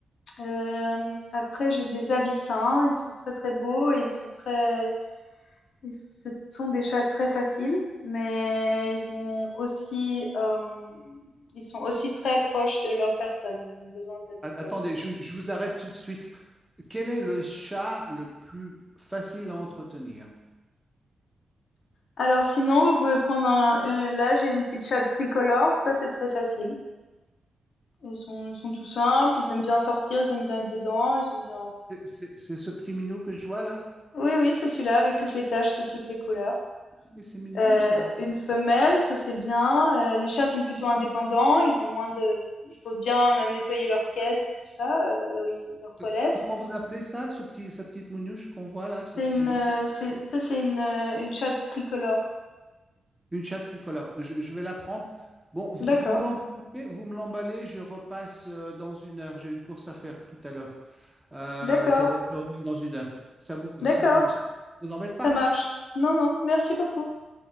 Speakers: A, on the left (about 75°); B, in the centre.
A: Hem, après j'ai des abyssins, ils sont très, très beaux et ils sont très ils ce sont des chats très faciles, mais ils ont aussi, hem, ils sont aussi très proches de leur personne. Ils ont besoin d'être,
B: A- attendez,
A: heu
B: je, je vous arrête tout de suite. Quel est le chat le plus facile à entretenir?
A: alors sinon, vous pouvez prendre un, heu là j'ai une petite chatte tricolore, ça c'est très facile. Ils sont ils sont tout simples, ils aiment bien sortir, ils aiment bien être dedans, ils aiment bien tout.
B: C'est c'est- c'est ce petit minou que je vois là?
A: Oui, oui, c'est celui-là avec toutes les taches de toutes les couleurs.
B: Mais c'est mignon,
A: Euh,
B: ça.
A: une femelle, ça c'est bien. Euh, les chats sont plutôt indépendants, ils ont moins de, il faut bien euh, nettoyer leur caisse et tout ça, euh, là où ils- leur toilette.
B: Euh, Comment vous appelez ça, ce petit, sa petite mounouche qu'on voit là?
A: C'est
B: C'est
A: une,
B: c'est-
A: euh,
B: c'est
A: c'est, ça c'est une, euh, une chatte tricolore.
B: une chatte tricolore. Je, je vais la prendre. Bon, vous,
A: D'accord,
B: vous me l'emballez, vous me l'emballez, je repasse euh, dans une heure. J'ai une course à faire tout à l'heure. Euh,
A: d'accord,
B: je, re- je reviens dans une heure. Ça vous,
A: d'accord,
B: ça vous, ça vous embête pas?
A: ça marche. Non, non, merci beaucoup.